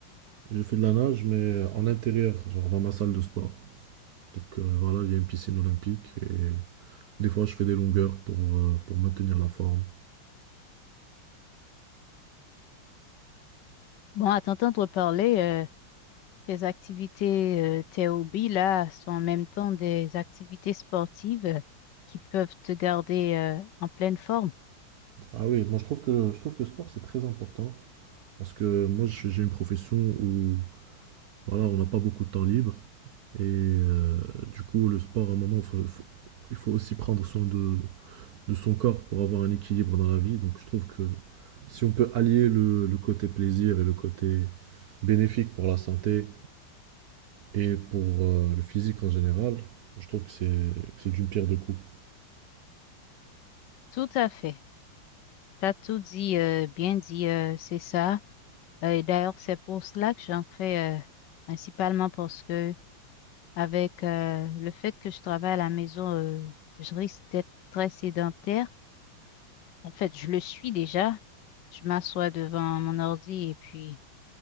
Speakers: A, on the right; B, on the left.
A: Je fais de la nage, mais en intérieur, genre dans ma salle de sport. Donc, euh, voilà, il y a une piscine olympique et des fois, je fais des longueurs pour, euh, pour maintenir la forme.
B: Bon, à t'entendre parler, Tes activités, euh, tes hobbies, là, sont en même temps des activités sportives euh, qui peuvent te garder, euh, en pleine forme.
A: Ah oui, moi, je trouve que, je trouve que le sport, c'est très important. Parce que moi, je- j'ai une profession où voilà, on n'a pas beaucoup de temps libre. Et euh, du coup, le sport, à un moment, faut- faut- il faut aussi prendre soin de, de son corps pour avoir un équilibre dans la vie. Donc, je trouve que si on peut allier le, le côté plaisir et le côté bénéfique pour la santé et pour euh, le physique en général, je trouve que c'est que c'est d'une pierre deux coups.
B: Tout à fait. T'as tout dit, euh, bien dit, euh, c'est ça. Euh, et d'ailleurs, c'est pour cela que j'en fais, euh, principalement parce que Avec euh, le fait que je travaille à la maison, euh, je risque d'être très sédentaire. En fait, je le suis déjà. Je m'assois devant mon ordi et puis